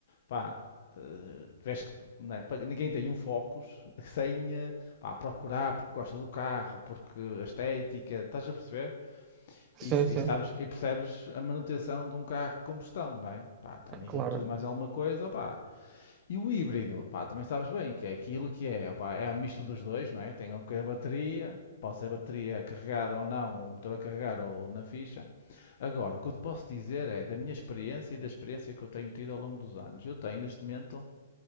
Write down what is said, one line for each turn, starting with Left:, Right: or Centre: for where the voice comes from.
Left: Pá, eh, tiveste que, não é? Pa- Ninguém tem um Focus <laughs> sem eh, pá, procurar porque gosta do carro, porque a estética, estás a perceber?
Right: Sim,
Left: E, s-
Right: sim,
Left: e sabes, e percebes a manutenção de um carro a combustão, não é? Pá, tem
Right: É
Left: aquilo
Right: claro.
Left: tudo e mais alguma coisa, pá. E o híbrido, pá, também sabes bem que é aquilo que é, pá, é a misto dos dois, não é? Tem um que é a bateria, pode ser a bateria carregada ou não, o motor a carregar ou na ficha. Agora, o que eu te posso dizer é da minha experiência e da experiência que eu tenho tido ao longo dos anos. Eu tenho neste momento